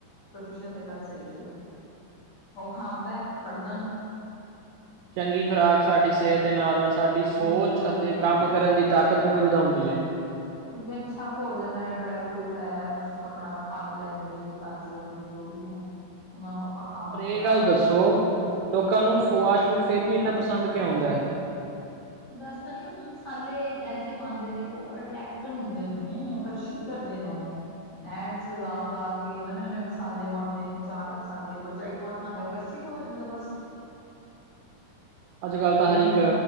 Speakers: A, on the left; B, on the right.
A: ਪ੍ਰਤੀਸ਼ਤ ਏ ਗੱਲ ਸਈ ਐ ਤੁਹਾਡੀ। ਓ ਖਾਂਦੈ ਪੜ੍ਹਦਾ ਨੀ।
B: ਚੰਗੀ ਖੁਰਾਕ ਸਾਡੀ ਸਿਹਤ ਦੇ ਨਾਲ-ਨਾਲ ਸਾਡੀ ਸੋਚ
A: ਬਿਲਕੁਲ
B: ਅਤੇ
A: ਹਾਂ
B: ਕੰਮ ਕਰਨ ਦੀ ਤਾਕ ਨੂੰ ਵੀ ਵਧਾਉਂਦੀ ਐ।
A: ਕਿਉਂਕੀ ਅੱਛਾ ਭੋਜਨ ਐ, ਡਰਾਈ ਫਰੂਟ ਐ, ਆਪਣਾ ਫਲ ਏ ਜੇੜੇ ਤਾਜ਼ੇ ਅਪ ਆਪਨੇ ਜੋ ਵੀ ਹੈ। ਉਨਾਂ ਨੂੰ ਆਪਾਂ ਖਾਵਾਂਗੇ
B: ਪਰ ਇਹ
A: ਤਾਂ
B: ਗੱਲ
A: ਆਪਾਂ
B: ਦੱਸੋ
A: ਨੂੰ
B: ਲੋਕਾਂ ਨੂੰ ਫੋਆਸਟ ਫੂਡ ਫੇਰ ਵੀ ਇੰਨਾ ਪਸੰਦ ਕਿਉਂ ਔਂਦੈ?
A: ਦੱਸ ਤਾਂ ਰਈ ਆ ਉਸ ਓਚ ਮਸਾਲੇ ਏਸੇ ਜੇ ਪਾਂਦੇ ਨੇ ਕੀ ਓ ਅਟਰੈਕਟ ਹੁੰਦੇ ਨੇ। ਆਕਰਸ਼ਿਤ ਕਰਦੇ ਨੇ ਓ। ਐਡਜ ਲਗਾ-ਲਗਾ ਕੇ ਨਵੇਂ-ਨਵੇਂ ਮਸਾਲੇ ਪਾਂਦੇ ਨੇ ਚਾਟ ਮਸਾਲੇ ਓ ਬੱਚਾ ਇੱਕ ਵਾਰ ਖਾਂਦਾ ਓ ਆਕਰਸ਼ਿਤ ਹੋ ਜਾਂਦਾ ਬਸ।
B: ਅੱਜ ਕੱਲ੍ਹ ਤਾਂ
A: ਜੇ
B: ਹਰ
A: ਹੁਣ
B: ਇਕ